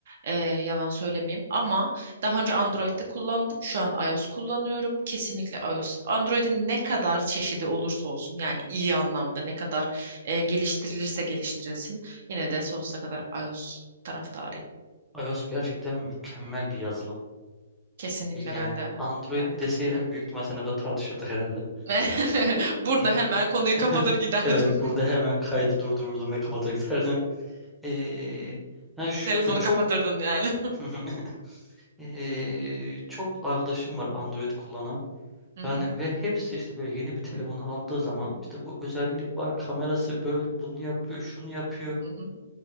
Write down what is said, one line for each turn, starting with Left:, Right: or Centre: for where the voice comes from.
Right: Eee, yalan söylemeyeyim. Ama daha önce Android'de kullandım. Şu an iOS kullanıyorum. Kesinlikle iOS. Android'in ne kadar çeşidi olursa olsun yani iyi anlamda ne kadar eee, geliştirilirse geliştirilsin yine de sonsuza kadar iOS taraftarıyım.
Centre: iOS gerçekten mükemmel bir yazılım.
Right: Kesinlikle
Centre: Yani
Right: ben de
Centre: Android
Right: ben de katılıyorum.
Centre: deseydim büyük ihtimal seninle burada tartışırdık herhalde.
Right: <laughs>
Centre: E,
Right: Burada
Centre: e,
Right: hemen konuyu
Centre: <laughs>
Right: kapatır giderdim.
Centre: evet burada hemen kaydı durdururdum ve kapatır giderdim. E, yani
Right: <laughs>
Centre: şöyle
Right: Telefonu
Centre: çok
Right: kapatırdın yani.
Centre: <laughs> e, çok arkadaşım var Android kullanan.
Right: <laughs> Hı
Centre: Yani
Right: hı,
Centre: ve hepsi işte böyle yeni bir telefon aldığı zaman işte bu özellik var kamerası böyle bunu yapıyor şunu yapıyor
Right: hı hı.